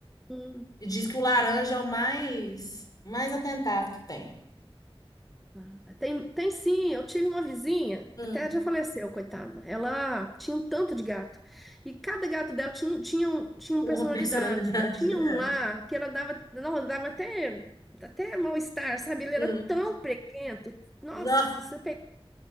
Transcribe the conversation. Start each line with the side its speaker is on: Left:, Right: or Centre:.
Centre: Hum.
Left: E diz que o laranja é o mais, mais atentado que tem.
Centre: Ah, Tem, tem sim, eu tive uma vizinha,
Left: Hum,
Centre: até já faleceu, coitada. Ela tinha um tanto de gato. E cada gato dela tinha, um- tinha, um- tinha uma
Left: Uma
Centre: personalidade.
Left: personalidade.
Centre: Eu tinha
Left: É.
Centre: um lá que ela dava, não, dava até, até mal-estar, sabe? Ele
Left: hum.
Centre: era tão prequento. Nossa,
Left: Não,
Centre: você pega,